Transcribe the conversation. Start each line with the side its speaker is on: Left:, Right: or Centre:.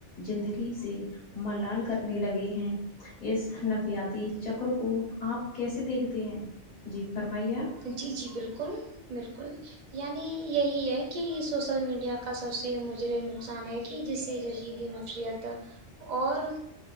Left: زندگی سے ملال کرنے لگے ہیں اس نفسیاتی چکر کو آپ کیسے دیکھتے ہیں جی فرمائیے آپ
Right: جی جی بالکل بالکل یعنی یہی ہے کہ سوشل میڈیا کا سب سے مجرم نقصان ہے کہ جس سے زری بھی نفسیاتی اور